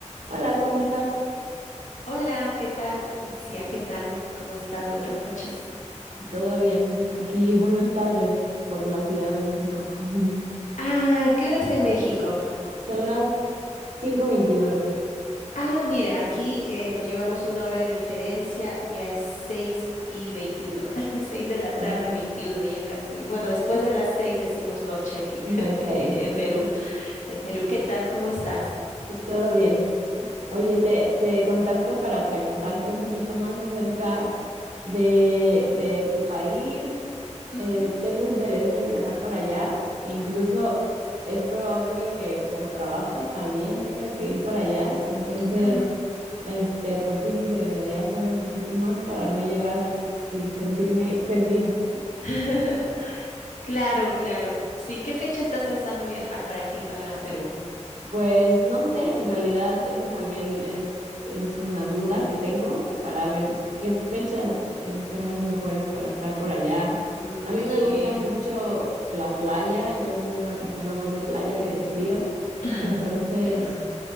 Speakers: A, on the right; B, on the left.
A: Hola, ¿cómo estás?
B: Hola, ¿qué tal? Itzia, ¿qué tal? ¿Cómo estás? Buenas noches.
A: ¿Todo bien? Aquí, buenas tardes por la Ciudad de México. <laughs>
B: Ah, ¿qué hora es en México?
A: Son las 5:21,
B: Ah, mira, aquí eh, nos llevamos una hora de diferencia, ya es seis y 21. <laughs> 6 de la
A: ah,
B: tarde, 21 ya casi. Bueno, después de las 6 decimos noche aquí <laughs>
A: noche
B: eh,
A: ahí.
B: en Perú. En Perú, ¿qué tal? ¿Cómo estás?
A: ¿Todo bien? Oye, te, te contacto para preguntarte un poquito más acerca de, de tu país.
B: Ujú.
A: Eh, tengo interés de viajar para allá. e Incluso es probable que por trabajo también tenga que ir para allá. Entonces,
B: Ah.
A: este, pues sí me interesaría saber un poquito más para no llegar y sentirme perdida.
B: <laughs> Claro, claro. Sí, ¿qué fecha estás pensando viajar para aquí, para Perú?
A: Pues no sé, en realidad eso también es, es una duda que tengo para ver qué fechas eh, son las mejores para estar por allá.
B: Mm,
A: A mí me
B: yeah.
A: gusta mucho la playa, yo soy una persona más de playa que de frío,
B: <laughs>
A: entonces,
B: Ya.